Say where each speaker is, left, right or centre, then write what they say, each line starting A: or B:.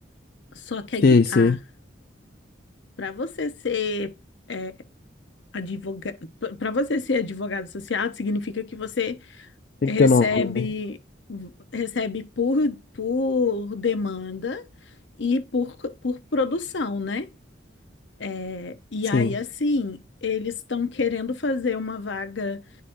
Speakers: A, on the left; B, on the left.
A: Só que aí
B: Sim,
A: que tá.
B: sim.
A: Para você ser é, advogado, para você ser advogado associado, significa que você
B: Tem
A: recebe
B: que ter nome.
A: recebe por, por demanda e por, por produção, né? É, e
B: Sim.
A: aí, assim, eles estão querendo fazer uma vaga